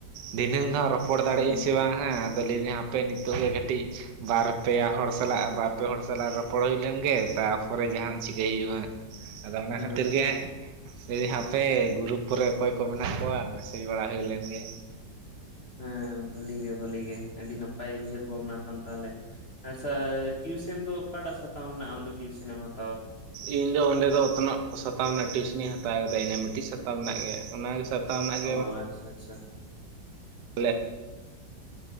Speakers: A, on the right; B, on the left.
A: ᱫᱷᱤᱱᱟᱹᱝ ᱫᱚ ᱦᱟᱸᱜ ᱨᱚᱯᱚᱲ
B: ᱦᱮᱸ
A: ᱫᱟᱲᱮᱭᱟᱜ ᱟᱹᱧ ᱥᱮ ᱵᱟᱝ ᱦᱟᱸᱜ ᱟᱫᱚ ᱞᱟᱹᱭᱮᱫᱟᱹᱧ ᱦᱟᱯᱮ ᱱᱤᱛᱚᱜ ᱫᱚ ᱠᱟᱹᱴᱤᱡ ᱵᱟᱨ ᱯᱮ ᱦᱚᱲ ᱥᱟᱞᱟᱜ ᱵᱟᱨᱯᱮ ᱦᱚᱲ ᱥᱟᱞᱟᱜ ᱨᱚᱯᱚᱲ ᱦᱩᱭ ᱞᱮᱱᱜᱮ ᱛᱟᱯᱚᱨᱮ ᱡᱟᱦᱟᱸᱱ ᱪᱤᱠᱟᱹᱭ ᱦᱩᱭᱩᱜᱼᱟ ᱾ ᱟᱫᱚ ᱚᱱᱟ
B: ᱦᱮᱸ
A: ᱠᱷᱟᱹᱛᱤᱨ ᱜᱮ ᱡᱮᱱᱫᱟᱧ ᱦᱟᱯᱮ ᱜᱩᱨᱩᱯ ᱠᱚᱨᱮ ᱚᱠᱚᱭ ᱠᱚ ᱢᱮ ᱱᱟᱜ ᱠᱚᱣᱟ ᱢᱮᱥᱮᱡᱽ ᱵᱟᱲᱟ ᱦᱩᱭᱞᱮᱱ ᱜᱮ
B: ᱦᱮᱸ ᱵᱷᱟᱹᱞᱤ ᱜᱮ ᱵᱷᱟᱹᱞᱤ ᱜᱮ ᱟᱹᱰᱤ ᱱᱟᱯᱟᱭ ᱩᱭᱦᱟᱹᱨ ᱵᱷᱟᱵᱱᱟ ᱾ ᱛᱟᱦᱚᱞᱮ ᱟᱪᱪᱷᱟ ᱴᱤᱩᱥᱮᱱ ᱫᱚ ᱚᱠᱟᱴᱟᱜ ᱥᱟᱛᱟᱢ ᱨᱮᱱᱟᱜ ᱟᱢ ᱫᱚ ᱴᱤᱭᱩᱥᱮᱱᱢ ᱦᱟᱛᱟ
A: ᱤᱧ ᱫᱚ ᱚᱸᱰᱮ ᱫᱚ ᱚᱛᱱᱚᱜ ᱥᱟᱛᱟᱢ ᱨᱮᱱᱟᱜ ᱴᱤᱭᱩᱥᱮᱱᱤᱧ ᱦᱟᱛᱟᱣ ᱠᱮᱫᱟ ᱤᱱᱟ ᱢᱤᱫᱴᱤᱡ ᱥᱟᱛᱟᱢ ᱨᱮᱱᱟᱜ ᱜᱮ ᱚᱱᱟᱜᱮ
B: ᱚ ᱟᱪᱪᱷᱟ ᱟᱪᱪᱷᱟ
A: <unintelligible> ᱜᱮ ᱢᱟᱱᱮ